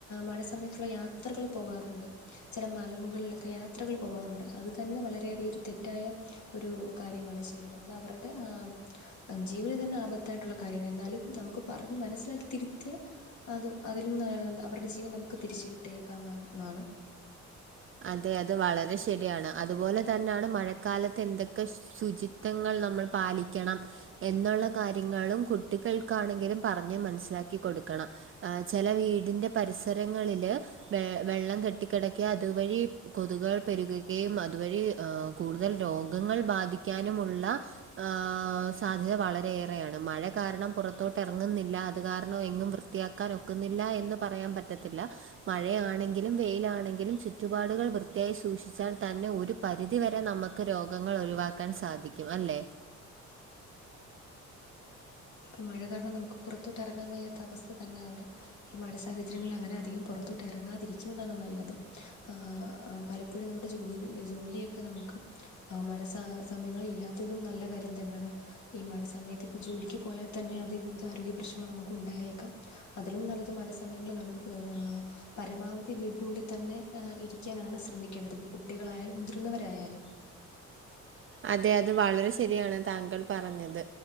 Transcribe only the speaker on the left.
മഴ സമയത്ത് <unintelligible> യാത്രകള് പോകാറുണ്ട് ചില മലമുകളിലൊക്കെ യാത്രകൾ പോവാറുണ്ട് അതു തന്നെ വളരെയധികം ഒരു തെറ്റായ ഒരു കാര്യമാണ് ചെയ്യുന്നത് അത് അവരുടെ ആഹ് ജീവന് തന്നെ ആപത്തായിട്ടുള്ള കാര്യാണ് എന്നാലും നമുക്ക് പറഞ്ഞ് മനസ്സിലാക്കി തിരുത്തിയ അത് അതിലും നല്ല അവരുടെ ജീവൻ നമുക്ക് തിരിച്ച കിട്ടിയേക്കാമെന്നാണ്
ഇപ്പം മഴ കാരണം നമുക്ക് പുറത്തോട്ട് ഇറങ്ങാൻ വയ്യാത്ത അവസ്ഥ തന്നെയാണ് ഈ മഴ സാഹചര്യങ്ങള് അങ്ങനെ അധികം പുറത്തോട്ട് ഇറങ്ങാതിരിക്കുന്നതാണ് നല്ലത് ആഹ്‌ പലപ്പോഴും നമ്മുടെ ജോലി ജോലിയൊക്കെ നമുക്ക് ആഹ് മഴ സ സമയങ്ങളിൽ ഇല്ലാത്തതും നല്ല കാര്യം തന്നാണ് ഈ മഴ സമയത്ത് ഇപ്പൊ ജോലിക്ക് പോയാൽ തന്നെ അതികൂടുതലാരോഗ്യ പ്രശ്നങ്ങൾ നമുക്ക് ഉണ്ടായേക്കാം അതിലും നല്ലത് മഴ സമയങ്ങളിൽ നമ്മള് ങ്‌ പരമാവധി വീടിനുള്ളിൽ തന്നെ ഇരിക്കാനാണ് ശ്രമിക്കേണ്ടത് ഇപ്പ കുട്ടികളായാലും മുതിർന്നവരായാലും